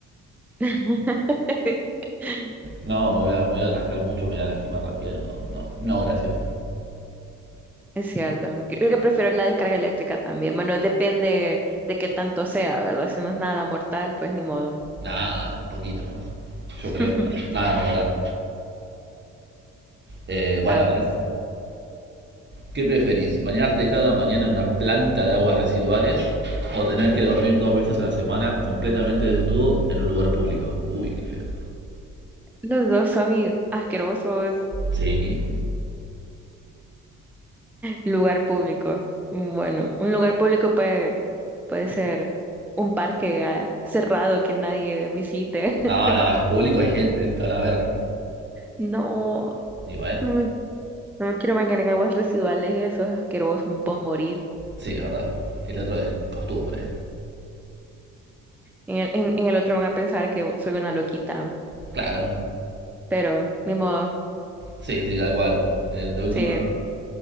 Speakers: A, in the centre; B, on the right.
A: <laughs>
B: No, me voy a, me voy a rascar mucho, me voy a lastimar la piel, no, no, no, gracias.
A: Es cierto, creo que prefiero la descarga eléctrica también. Bueno, depende de qué tanto sea, ¿verdad? Si no es nada mortal, pues ni modo.
B: Nada, no, un poquito nomás. Yo
A: <laughs>
B: creo que nada mortal. Eh, bueno,
A: Ah,
B: a
A: pues
B: ver, ¿qué preferís? ¿Bañarte cada mañana en una planta de aguas residuales o tener que dormir dos veces a la semana completamente desnudo en un lugar público? Uy, qué feo.
A: los dos son i- asquerosos.
B: Sí.
A: Lugar público. Mm, Bueno, un lugar público puede, puede ser un parque ah, cerrado que nadie visite. <laughs>
B: No, no, es público, hay gente, te van a ver.
A: No,
B: Y bueno,
A: no me, no me quiero bañar en aguas residuales y eso es asqueroso, me puedo morir.
B: sí, es verdad. El otro es costumbre.
A: En el, en, en el otro van a pensar que soy una loquita,
B: Claro,
A: pero ni modo,
B: sí, sí, da igual. Eh, De última,
A: sí,